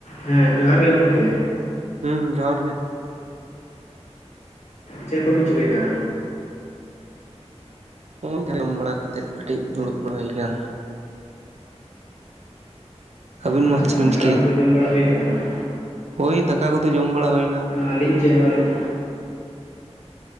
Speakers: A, on the left; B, on the right.
A: ᱦᱮᱸ ᱡᱚᱦᱟᱨ ᱜᱮ ᱜᱚᱝᱠᱮ᱾
B: ᱦᱩᱸ ᱡᱚᱦᱟᱨ ᱜᱮ᱾
A: ᱪᱮᱜ ᱠᱚᱵᱤᱱ ᱪᱤᱠᱟᱹᱭᱫᱟ?
B: ᱚᱱ ᱡᱚᱢ ᱵᱟᱲᱟ ᱠᱟᱛᱮᱜ ᱠᱟᱹᱴᱤᱡ ᱫᱩᱲᱩᱵ ᱵᱟᱲᱟ ᱦᱩᱭ ᱠᱟᱱ᱾ ᱟᱹᱵᱤᱱ
A: ᱟᱪᱪᱷᱟ
B: ᱢᱟ ᱪᱮᱫ ᱵᱤᱱ
A: ᱫᱟᱠᱟ
B: ᱪᱤᱠᱟᱹᱭᱮᱫᱟ
A: ᱠᱚᱫᱚ ᱡᱚᱢ ᱵᱟᱲᱟ ᱦᱩᱭᱱᱟ ᱛᱟᱦᱞᱮ?
B: ᱦᱳᱭ ᱫᱟᱠᱟ ᱠᱚᱫᱚ ᱡᱚᱢ ᱵᱟᱲᱟ ᱦᱩᱭᱱᱟ᱾
A: ᱟᱞᱤᱧ ᱪᱮᱜ ᱦᱚ ᱞᱤᱧ᱾